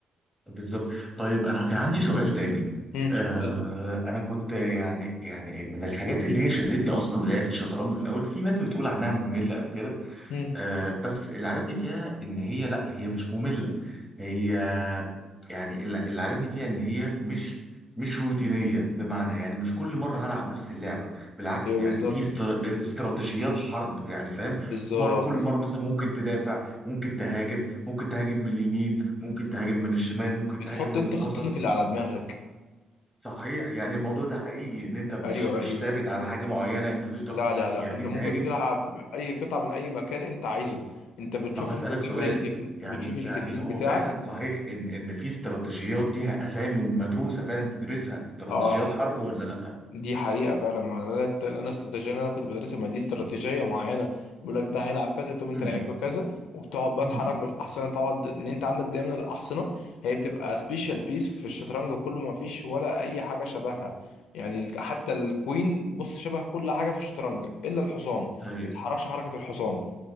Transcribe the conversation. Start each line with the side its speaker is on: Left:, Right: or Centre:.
Centre: بالظبط طيب انا كان عندي سؤال تاني
Left: امم
Centre: آه
Left: حلو
Centre: انا كنت يعني يعني من الحاجات اللي هي شدتني اصلا لعبه الشطرنج في الاول في ناس بتقول عنها ممله او كده
Left: امم
Centre: آه، بس اللي عجبني فيها ان هي لا هي مش مملة هي يعني اللي اللي عجبني فيها ان هي مش مش روتينية بمعنى يعني مش كل مرة هلعب نفس اللعبة بالعكس
Left: ايوه
Centre: يعني
Left: بالظبط
Centre: في است- استراتيجيات حرب يعني فاهم
Left: بالظبط
Centre: مر كل مرة مثلا ممكن تدافع ممكن تهاجم ممكن تهاجم من اليمين ممكن تهاجم من الشمال ممكن
Left: بتحط
Centre: تهاجم من
Left: انت
Centre: الوسط
Left: خطتك اللي على دماغك
Centre: صحيح يعني الموضوع ده حقيقي ان انت مش
Left: ايوه
Centre: مش
Left: ايوه
Centre: ثابت على حاجة معينة انت تقدر
Left: لا
Centre: ت-
Left: لا لا
Centre: يعني
Left: انت ممكن
Centre: تهاجم
Left: تلعب اي قطعه من اي مكان انت عايزه انت بتشوف
Centre: طب هسألك
Left: انت بتبني
Centre: سؤال
Left: التكن...
Centre: يعني
Left: بتشوف
Centre: يعني
Left: التكنيك
Centre: هو
Left: بتاعك
Centre: فعلا صحيح ان ان في استراتيجيات ليها اسامي ومدروسه فعلا تدرسها استراتيجيات
Left: اه
Centre: حرب ولا لا؟
Left: دي حقيقة فعلا ما انا الت- انا استراتيجية اللي انا كنت بدرسها ما دي استراتيجية معينة بيقول لك ده هيلعب كذا تقوم انت
Centre: أمم.
Left: لعيب له كذا وبتقعد بقى
Centre: أمم.
Left: تحرك بالاحصنة تقعد ان انت عندك دايما الاحصنة هي بتبقى سبيشال بيس في الشطرنج كله ما فيش ولا اي حاجة شبهها يعني ال- حتى الكوين بص شبه كل حاجة في الشطرنج الا الحصان ما
Centre: ايوه
Left: بتتحركش حركة الحصان